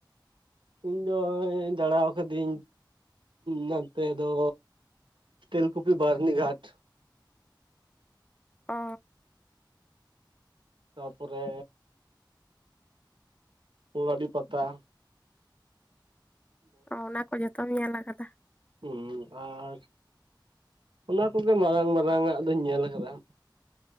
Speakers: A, on the right; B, on the left.
A: ᱤᱧ ᱫᱚᱧ ᱫᱟᱬᱟᱣ ᱠᱟᱹᱫᱟᱹᱧ ᱱᱚᱛᱮ ᱫᱚ ᱛᱮᱞᱠᱩᱯᱤ ᱵᱟᱨᱱᱤ ᱜᱷᱟᱴ
B: ᱚ
A: ᱛᱟᱯᱚᱨᱮ ᱯᱚᱲᱟᱹᱰᱤ ᱯᱟᱛᱟ
B: ᱚ ᱚᱱᱟ ᱠᱚ ᱡᱚᱛᱚᱢ ᱧᱮᱞ ᱟᱠᱟᱫᱟ
A: ᱦᱩ ᱟᱨ ᱚᱱᱟ ᱠᱚᱜᱮ ᱢᱟᱨᱟᱝ ᱢᱟᱨᱟᱝ ᱟᱜ ᱫᱚᱧ ᱧᱮᱞ ᱟᱠᱟᱫᱟ